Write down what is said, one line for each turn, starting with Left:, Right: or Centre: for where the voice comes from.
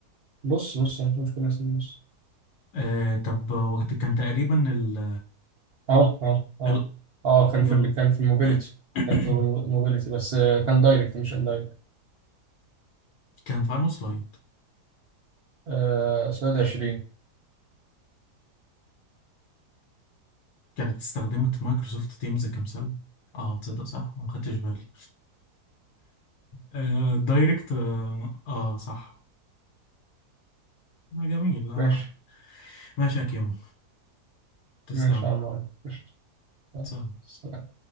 Right: بص بص أنا مش كل اسمه بص
Left: آه طب وقت كان تقريبا ال
Right: أهو أهو أهو
Left: ال
Right: أه كان
Left: يلا
Right: في ال- كان في الموبيليتي
Left: <clears throat>
Right: كان في الموبيليتي بس آه، كان دايركت مش اندايركت
Left: كان في انه سلايد
Right: آه، سؤال 20
Left: كانت استخدمت مايكروسوفت تيمز كمثال اه تصدق صح ما خدتش بالي آه دايركت اه, آه صح آه جميل آه.
Right: ماشي
Left: ماشي يا كيمو تسلم
Right: ماشي يا عم عمرو. قشطة.
Left: سهل
Right: سلام.